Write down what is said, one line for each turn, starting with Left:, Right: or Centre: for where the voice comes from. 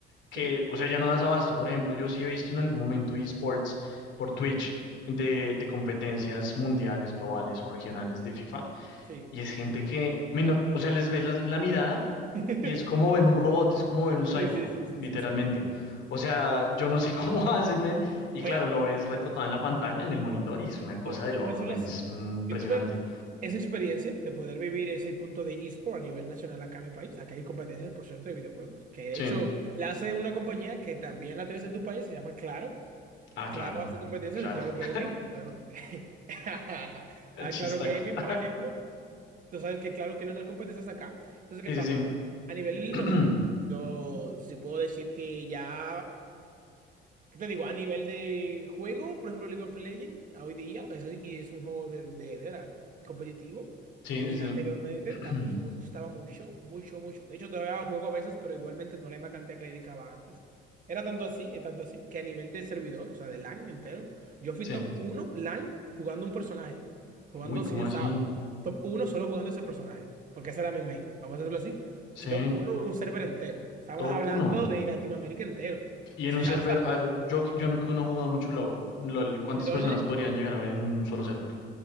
Left: que,
Right: sí,
Left: o sea, ya no das abasto. Por ejemplo, yo sí he visto en algún momento esports por Twitch. De, de competencias mundiales, globales o regionales de FIFA,
Right: sí.
Left: y es gente que, men, o sea, les ves la, la mirada
Right: <laughs>
Left: y es como ven un robot, es como ven un cyborg,
Right: Sí, sí, sí, sí,
Left: literalmente.
Right: sí, sí.
Left: O sea, yo no sé <laughs> cómo hacen, men. Y claro,
Right: Mira,
Left: lo ves retratado en la pantalla, en el monitor, y es una cosa
Right: yo,
Left: de locos,
Right: vamos a decirlo
Left: men.
Right: así,
Left: Es mm, impresionante.
Right: yo tuve esa experiencia de poder vivir ese punto de eSport a nivel nacional acá en mi país, acá hay competencias, por cierto, de videojuegos, que de
Left: Sí.
Right: hecho la hace una compañía que también la tienes en tu país, se llama Claro.
Left: Ah, claro,
Right: Claro hace competencias
Left: claro.
Right: de Claro Gaming.
Left: <laughs>
Right: Claro, <laughs> a
Left: Chistaco.
Right: Claro Gaming,
Left: <laughs>
Right: por ejemplo. Tú sabes que Claro tiene unas competencias acá. Entonces, ¿qué
Left: Sí,
Right: pasa?
Left: sí, sí.
Right: A nivel
Left: <clears throat>
Right: normal, yo sí puedo decir que ya. ¿Qué te digo? A nivel de juego, por ejemplo, League of Legends, a hoy día, es, y es un juego de, de, de era competitivo.
Left: Sí,
Right: Y
Left: sí,
Right: anteriormente también
Left: sí.
Right: me gustaba
Left: <clears throat>
Right: mucho, mucho, mucho. De hecho, todavía juego a veces, pero igualmente no la misma cantidad que le dedicaba antes. Era tanto así, es tanto así, que a nivel de servidor, o sea, de LAN entero, yo fui
Left: Sí.
Right: top uno LAN jugando un personaje, jugando
Left: Uy, ¿cómo
Right: sin SAO.
Left: así?
Right: Top uno solo jugando ese personaje, porque ese era mi main. Vamos a hacerlo así.
Left: Sí,
Right: Fui top uno de un server entero. Estábamos
Left: top
Right: hablando
Left: uno.
Right: de Latinoamérica entero.
Left: Y en
Right: <laughs> O sea,
Left: un server, a ver, yo, yo no, no he jugado mucho LOL. LOL, ¿cuántas
Right: LOL,
Left: personas podrían llegar a ver en un solo server?